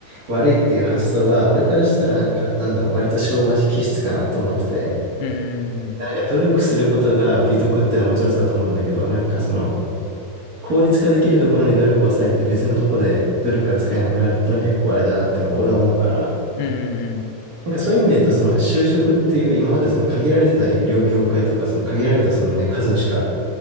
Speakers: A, on the right; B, on the left.
A: 悪いっていう発想は、俺からしたらなんか、なんだろう、割と昭和気質かなと思ってて、
B: うん、うん、
A: なんか努力することが美徳ってのはもちろんそうだと思うんだけど、なんかその、
B: うん、
A: 効率化できるところに努力を割いて別のところで努力が使えなくなるっていうのは結構あれだなっていうのを俺は思うから、
B: うん。
A: なんかそういう意味で言うと、その就職っていう、今までその限られてた医療業界とか、その限られたそのね、数しか、